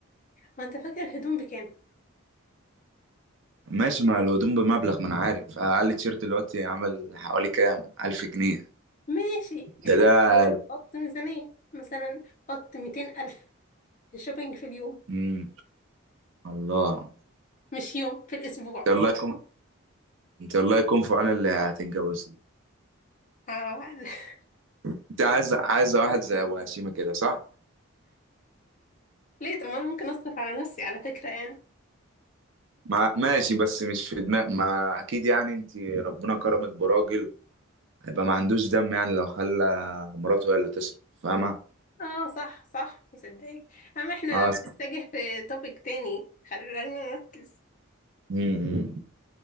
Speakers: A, on the left (about 35°); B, on the right (about 60°).
A: ما انت فاكر الهدوم بكام
B: ماشي مع الهدوم بمبلغ ما أنا عارف أقل تيشيرت دلوقتي عامل حوالي كام ألف جنيه
A: ماشي حط
B: ده ده
A: حط ميزانية مثلا حط ميتين ألف شوبينج في اليوم
B: مم. الله
A: مش يوم في الأسبوع
B: أنت الله يكون أنت الله يكون في عون اللي هتتجوزني
A: آه. <laughs>
B: أنت عايز عايزة واحد زي أبو هشيمة كده صح؟
A: ليه طب ما أنا ممكن أصرف على نفسي على فكرة يعني
B: ما ماشي بس مش في دماغ ما أكيد يعني أنت ربنا كرمك براجل هيبقى ما عندوش دم يعني لو خلى مراته هي اللي تصرف فاهمة؟
A: اه صح صح مصدقك أما احنا
B: اه
A: بنتجه
B: س-
A: في توبيك تاني خلينا نركز
B: مم، مم،